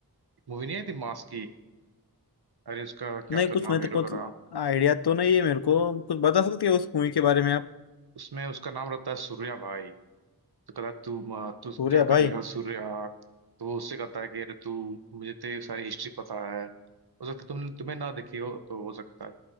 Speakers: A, on the right; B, on the left.
A: मूवी नहीं आई थी मास की अरे उसका क्या
B: नहीं
A: तो
B: कुछ
A: नाम
B: मैं
A: हीरो
B: तो कुछ
A: का था
B: आइडिया तो नहीं है मेरे को कुछ बता सकती हो उस मूवी के बारे में आप
A: उसमें उसका नाम रहता है सूर्या भाई तो कहता है तू म, तू
B: पूरे
A: क्या
B: भाई
A: कर लेगा सूर्या तो वो उससे कहता है कि अरे तू मुझे तेरी सारी हिस्ट्री पता है हो सकता है तुम तुम्हें ना देखी हो तो हो सकता है